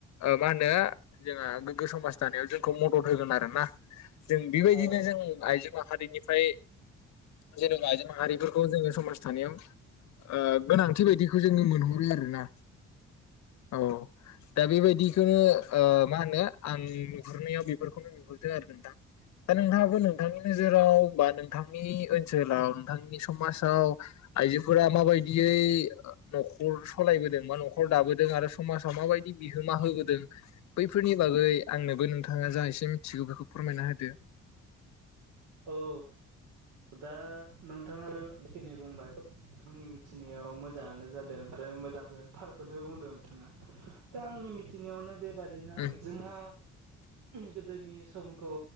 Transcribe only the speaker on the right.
औ
औ दा नोंथाङा बेखिनि बुंबाय आंनि मिथिनायाव मोजाङानो जादों आरो मोजांखौ थारखौनो बुंदों नोंथाङा दा आंनि मिथिनायावनो बेबा दिनो आरो
जोंहा गोदोनि समखौ